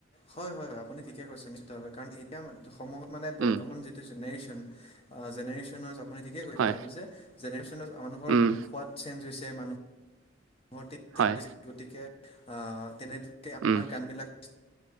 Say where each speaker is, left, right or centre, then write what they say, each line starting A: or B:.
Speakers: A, on the left (about 30°); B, on the right (about 85°).
A: হয়, হয়, হয়, আপুনি ঠিকে কৈছে নিশ্চিতভাৱে কাৰণ এতিয়া সময়ত মানে বৰ্তমান
B: উম
A: যিটো জেনেৰেশ্যন জেনেৰেশ্যনজ ৱেজ আপুনি ঠিকে ক'লে
B: হয়
A: কথাটো যে জেনেৰেশ্যনজ মানুহৰ
B: উম
A: সোৱাদ চেঞ্জ হৈছে মানুহ <unintelligible>
B: হয়
A: গতিকে তেনেকে আমাৰ
B: উম
A: গানবিলাক <unintelligible>